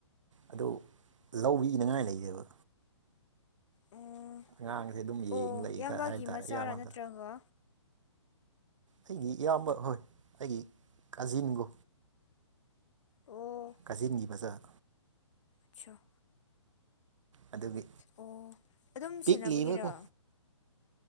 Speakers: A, on the right; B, on the left.
A: ꯑꯗꯨ ꯂꯧꯕꯤꯅꯉꯥꯏ ꯂꯩꯗꯦꯕ
B: ꯑꯣ
A: ꯑꯉꯥꯡꯁꯦ ꯑꯗꯨꯝ ꯌꯦꯡ
B: ꯑꯣ
A: ꯂꯩꯏꯗ
B: ꯏꯌꯥꯝꯕꯒꯤ
A: ꯍꯥꯏꯕ ꯇꯥꯔꯦ
B: ꯃꯆꯥꯔꯥ
A: ꯏꯌꯥꯝꯕꯇ
B: ꯅꯠꯇ꯭ꯔꯒ
A: ꯑꯩꯒꯤ ꯏꯌꯥꯝꯕ ꯍꯣꯏ ꯑꯩꯒꯤ ꯀꯥꯖꯤꯟꯒꯣ
B: ꯑꯣ
A: ꯀꯥꯖꯤꯟꯒꯤ ꯃꯖꯥꯗ‌ꯣ
B: ꯑꯆꯥꯣ
A: ꯑꯗꯨꯒꯤ
B: ꯑꯣ ꯑꯗꯨꯝ
A: ꯄꯤꯛꯂꯤꯕꯀꯣ
B: ꯁꯦꯟꯅꯕꯒꯤꯔꯣ